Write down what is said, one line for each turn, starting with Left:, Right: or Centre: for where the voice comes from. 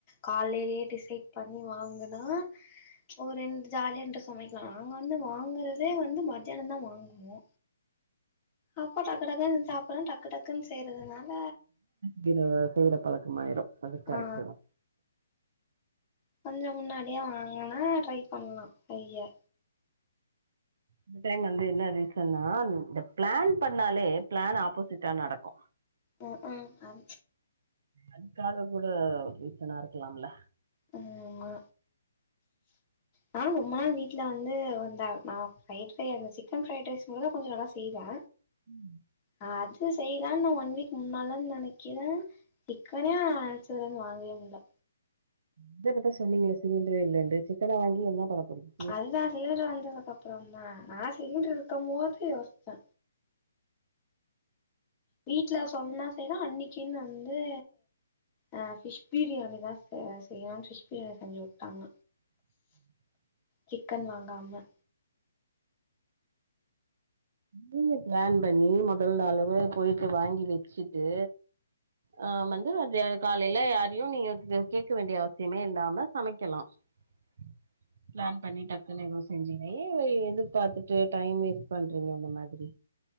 Left: காலைலே டிசைட் பண்ணி வாங்குனா ஒரே ஜாலியான்ட்டு சமைக்லா நாங்க வந்து வாங்குறதே வந்து மதியானோ தா வாங்குவோ அப்போ டக்கு டக்குன் சாப்புறோ டக்கு டக்குன் செய்றதுனால
Right: கீர செய்ற பழக்கமாய்ரு அது கரக்ட்டு
Left: ஆ
Right: தா
Left: கொஞ்சோ முன்னாடியே வாங்குனா ட்ரை பண்லா கொஞ்சோ
Right: இந்த டைம் வந்து என்ன ரீசன்னா இந்த பிளான் பண்ணாலே பிளான் ஆப்போசிட்டா நடக்கு
Left: ம் உம் ஆ
Right: அதுக்காக கூட ஒரு ரீசனாருக்லாம்ல
Left: ஆமா நானு ரொம்ப நாள் வீட்ல வந்து அந்த நா ஃப்ரைட் ரை அந்த சிக்கன் ஃப்ரைட் ரைஸ் மட்டுந்தா கொஞ்சோ நல்லா செய்வே
Right: ம்
Left: அ அது செய்லான் நா ஒன் வீக் முன்னாலன் நெனக்கிறே சிக்கனே நா நெனச்சதுலந்து வாங்கவே முல்ல
Right: இத இப்பத்தா சொன்னீங்ளே சிலிண்ட்ரே இல்லென்டு சிக்கன வாங்கி என்ன பண்ண போறிங்க
Left: அதுதா சிலிண்ட்ரு வந்ததுக்கப்றோம்தா நா சிலிண்ட்ரு இருக்கம்போது யோச்சே வீட்ல சொன்னா செய்றே அன்னக்கின் வந்து ஆ ஃபிஷ் பிரியாணி தா செ செய்யோ ஃபிஷ் பிரியாணி செஞ்சு வுட்டாங்க
Right: <inaudible>
Left: சிக்கன் வாங்காம
Right: நீங்க பிளான் பண்ணி மொதல்நாளே போய்ட்டு வாங்கி வச்சிட்டு ஆ வந்து மதிய காலைல யாரையு நீங்க கேட்க வேண்டிய அவசியமே இல்லாம சமைக்கலா <inaudible> பிளான் பண்ணி டக்குனு எது செஞ்சுங்க ஏ எதிர்பாத்துட்டு டைம் வேஸ்ட் பண் றீங்க அந்த மாதிரி